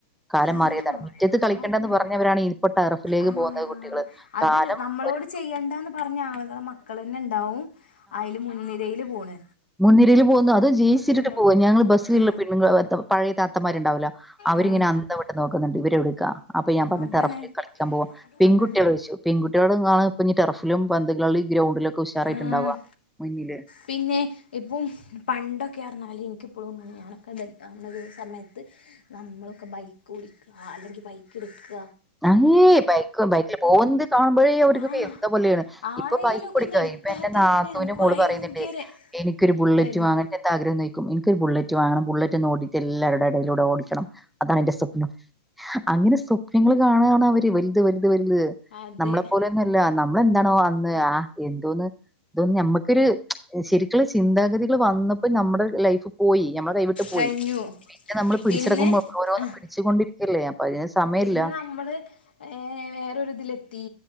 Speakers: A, in the centre; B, on the left.
A: കാലം
B: ആ
A: മാറിയതാണ്. മിറ്റത്ത്
B: കാലമായ
A: കളിക്കേണ്ടെന്ന് പറഞ്ഞവരാണ് ഇപ്പൊ ടെറഫിലേക്ക്
B: ആ
A: പോകുന്നത് കുട്ടികള്.
B: അത്
A: കാലം
B: നമ്മളോട്
A: ഒരു
B: ചെയ്യണ്ടാന്ന് പറഞ്ഞ ആളുകളെ മക്കൾ തന്നെ ണ്ടാവും അയില് മുൻനെരയില് പോണ്
A: മുൻനിരിയിൽ പോകുന്നു അത് അതും ജീൻസിട്ടിട്ട്
B: പോണ്ടാവും
A: പോവാ ഞങ്ങൾ ബസ്സിലുള്ള
B: ആ
A: പെണ്ണുങ്ങള് പഴയ താത്തമാരുണ്ടാവല്ലോ അവരിങ്ങനെ
B: ആ
A: അന്തം വിട്ട് നോക് ക്കുന്നുണ്ട് ഇവരെടുക്ക അപ്പൊ ഞാൻ പറഞ്ഞ്
B: അതാണ്
A: ടെറഫിൽ കളിക്കാൻ പോവാ പെൺകുട്ടികളോയ്ച്ചു
B: അതാണ്
A: പെൺകുട്ട്യോളെന്താണ് ഇപ്പ ഇനി ടെറഫിലും പന്ത്കളി ഗ്രൗണ്ടിലൊക്കെ ഉഷാറായിട്ടുണ്ടാവാ
B: ആഹ്
A: മുന്നില്
B: പിന്നെ ഇപ്പം പണ്ടൊക്കെ പറഞ്ഞാൽ എനിക്കിപ്പോളും <inaudible> ഞാനൊക്കെ അങ്ങനെ ഒരു സമയത്ത് നമ്മളൊക്കെ ബൈക്ക് ഓടിക്ക അല്ലെങ്കിൽ ബൈക്ക് എട്ക്ക
A: അയ്യേ ബൈക്ക് ബൈക്കിൽ പോകുന്നത് കാണുമ്പോഴേ അവർക്കൊക്കെ
B: ആഹ്
A: എന്തോ പോലെയാണ്
B: ആരേലും
A: ഇപ്പൊ ബൈക്ക്
B: ഒക്കെ
A: ഓടിക്കായി
B: ഒന്ന് എടുത്താ
A: ഇപ്പൊ എന്റെ
B: തന്നെ
A: നാത്തൂന്റെ
B: നമുക്ക്
A: മോള്
B: ഭയങ്കര
A: പറയുന്നുണ്ട് എനിക്കൊരു ബുള്ളറ്റ്
B: ഇതായിരുന്നു
A: വാങ്ങറ്റേന്ന് ആഗ്രഹംന്നോയിക്കും എനിക്കൊരു ബുള്ളറ്റ് വാങ്ങണം ബുള്ളറ്റ് ഒന്ന് ഓടിട്ട് എല്ലാവരുടെം എടയിലൂടെ ഓടിക്കണം അതാാണ് എന്റെ സ്വപ്നം അങ്ങനെ സ്വപ്നങ്ങള് കാണാണ് അവര് വലുത് വലുത് വലുത്
B: അതെ
A: നമ്മളെപ്പോലെ ന്നും അല്ല നമ്മളെന്താണോ അന്ന് ആഹ് എന്തോന്ന് ഇതൊന്ന് നമ്മക്കൊരു ശരിക് ക്കുള്ള ചിന്താഗതികള് വന്നപ്പോ നമ്മുടെ ലൈഫ് പോയി ഞമ്മളെ കൈവിട്ട് പോയി
B: കഴിഞ്ഞു
A: പിന്നെ നമ്മള് പിടിച്ചെടക്കുമ്പോൾ
B: പിന്നെ
A: ഒരോന്നും
B: ആഹ്
A: പിടിച്ചുകൊണ്ടിരിക്കല്ലേ അപ്പൊ അതിന് സമയംല്ല
B: പിന്നെ നമ്മള് ഏഹ് വേറൊരിതിലെത്തി